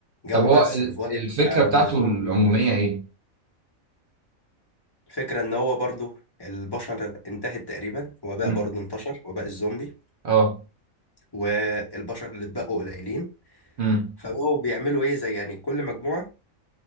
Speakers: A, on the left (about 20°); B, on the right (about 60°).
A: جو
B: طب هو
A: بقى السرفايف
B: ال- الفكره
A: بقى
B: بتاعته
A: والزومبي
B: العموميه ايه؟
A: والفكره ان هو برضو البشر انتهت تقريبا وباء
B: مم.
A: برضو انتشر وباء الزومبي
B: اه
A: والبشر اللي اتبقوا قليلين
B: امم
A: فبقوا بيعملوا ايه زي يعني كل مجموعه